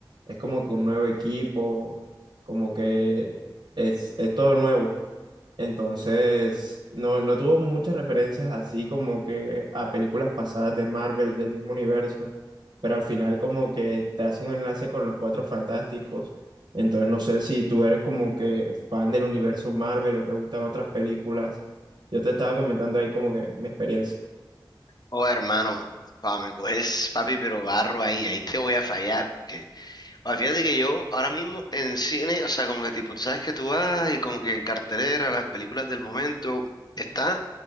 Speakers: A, on the right; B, on the left.
A: es como que un nuevo equipo, como que es, es todo nuevo. Entonces, no, no tuvo muchas referencias así como que a películas pasadas de Marvel del mismo universo, pero al final como que te hace un enlace con los Cuatro Fantásticos. Entonces, no sé si tú eres como que fan del universo Marvel o te gustan otras películas. Yo te estaba comentando ahí como que mi experiencia.
B: Oh, hermano, pa, me coges, papi, pero barro ahí, ahí te voy a fallar, porque, pa, fíjate que yo ahora mismo en cine, o sea, como que tipo, tú sabes que tú vas y como que en cartelera, las películas del momento, está